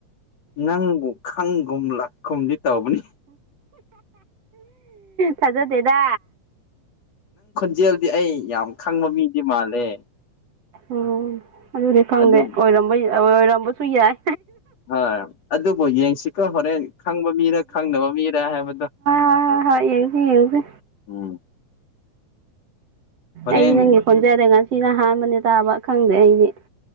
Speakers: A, on the left; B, on the right.
A: ꯅꯪꯕꯨ ꯈꯪꯒꯨꯝ ꯂꯥꯛꯈꯨꯝꯗꯤ ꯇꯧꯕꯅꯤ
B: ꯊꯖꯗꯦꯗ
A: ꯏꯆꯦꯜꯗꯤ ꯑꯩ ꯌꯥꯝ ꯈꯪꯕ ꯃꯤꯗꯤ ꯃꯥꯜꯂꯦ
B: ꯎꯝ ꯑꯗꯨꯗꯤ ꯐꯪꯗꯦ
A: ꯑꯗꯨꯕꯨ
B: ꯑꯣꯏꯔꯝꯕ ꯑꯣꯏꯔꯝꯕꯁꯨ ꯌꯥꯏ
A: ꯍꯣꯏ ꯑꯗꯨꯕꯨ ꯌꯦꯡꯁꯤꯀꯣ ꯍꯣꯔꯦꯟ ꯈꯪꯕ ꯃꯤꯔ ꯈꯪꯅꯕ ꯃꯤꯔꯦ ꯍꯥꯏꯕꯗꯣ
B: ꯍ ꯍ ꯌꯦꯡꯁꯤ ꯌꯦꯡꯉꯁꯤ
A: ꯎꯝ ꯍꯣꯔꯦꯟ
B: ꯑꯩ ꯅꯒ ꯈꯨꯖꯗ ꯉ ꯁꯤꯅ ꯑꯍꯥꯟꯕꯅꯦ ꯇꯥꯕ ꯈꯪꯗꯦ ꯑꯩꯗꯤ